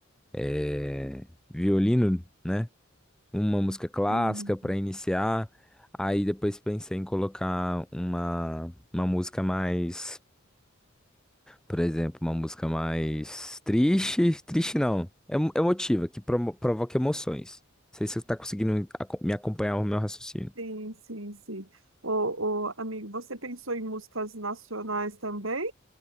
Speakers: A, in the centre; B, on the right (about 80°).
A: eh, violino, né? Uma música clássica
B: Sim.
A: para iniciar. Aí depois pensei em colocar uma uma música mais, por exemplo, uma música mais triste, triste não, é emo- emotiva, que promo- provoca emoções. Não sei se você está conseguindo aco- me acompanhar o meu raciocínio.
B: Sim, sim, sim. Ô, ô, amigo, você pensou em músicas nacionais também